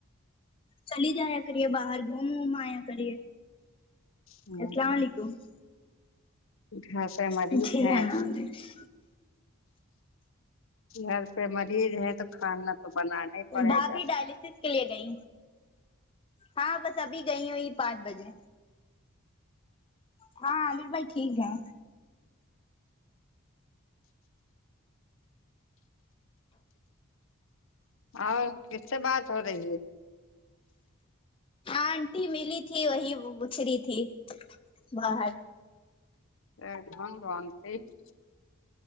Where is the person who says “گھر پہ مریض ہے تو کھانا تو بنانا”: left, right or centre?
Left